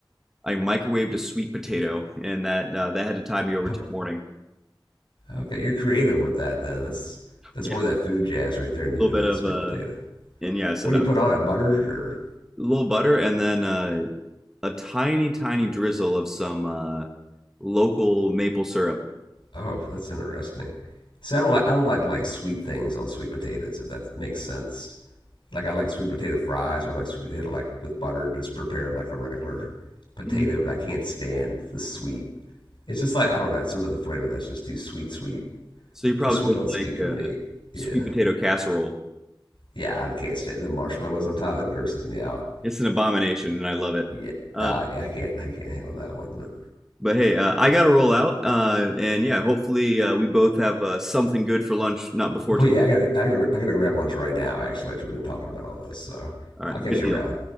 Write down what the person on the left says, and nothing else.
Oh,
okay. You're creative with that then. That's that's
more
of that food jazz right there, Nukenuh,
sweet
potato.
What do
you put
on it? Butter or?
Oh, that's interesting. So I don't like I don't like like sweet things on sweet potatoes if that makes sense. Like I like sweet potato fries or like sweet potato like with butter, just prepared like a regular potato,
but I can't stand the sweet. It's just like I don't know, some of the flavor that's just too sweet, sweet,
too sweet
on sweet
for
me. Yeah,
yeah, I can't stand the marshmallows on top. That grosses me out.
Yeah,
uh, yeah, I can't, I can't handle that one. But,
but
yeah, I gotta, I gotta, I gotta grab lunch right now. Actually, after we've been talking about all this, so
I'll
catch
you
around.